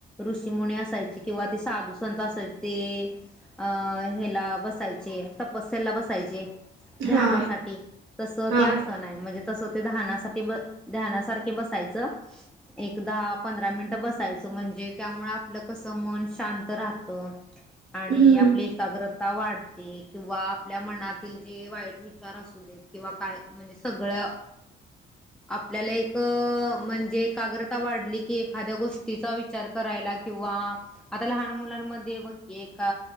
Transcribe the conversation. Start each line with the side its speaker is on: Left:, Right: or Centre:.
Centre: ऋषीमुनी असायची किंवा तेी साधू संत असायचे ते अ हला बस. य तपस बसायचे ध्यानासाठी
Right: हा हा
Centre: तस ते
Right: हा
Centre: अस म्हणजे तस. ते धहानासाठी ब धहानासारखे बसायचं. एक दहा पंधरा मिनिट बसायचं म्हणजे त्यामुळे आपलं कस मन शांत राहत. आणि
Right: हम्म
Centre: आपली एकाग्रता वाढ. ते किंवा आपल्या मनातील जे वाईट विचार असू देत किंवा काय म्हणजे सगळं. <inaudible> आपल्याला एक म्हणजे एकाग्रता वाढली की एखाद्या गोष्टीचा विचार करायला किंवा आता लहान मुलांमध्ये बघकी का